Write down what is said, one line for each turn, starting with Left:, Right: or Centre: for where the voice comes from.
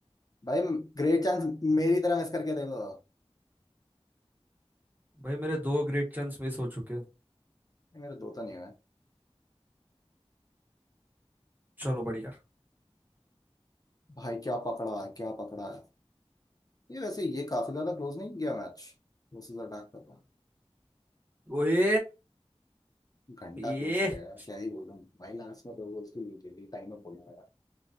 Left: भाई ग्रेट चांस मेरी तरह मिस करके देखो
Right: भाई मेरे दो ग्रेट चांस मिस हो चुके हैं
Left: ये मेरे दो तो नहीं हुए
Right: चलो बढ़िया
Left: भाई क्या पकड़ा क्या पकड़ा है ये वैसे ये काफी ज्यादा क्लोज नहीं किया मैच वर्सेस अटैक का तो
Right: ओए
Left: घंटा
Right: ये
Left: क्लोज किया है क्या ही बोलूं भाई लास्ट में दो गोल्स की लीड थी टाइम अप हो गया मेरा